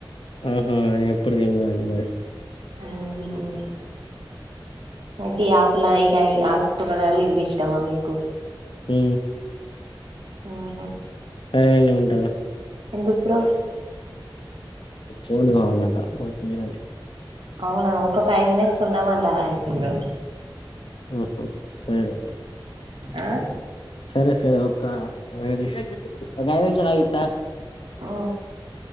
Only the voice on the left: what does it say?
ఆహా ఎప్పుడు తిన్లేదండి మరి.
హ్
సరే అండి ఉంటన్నా.
ఫోన్ కావాలంటా ఓకేనండి.
ఆహా సరే
సరే సరే ఒక ఆ ఒక ఐదు నిమిషాలు ఆగు ఇత్తా.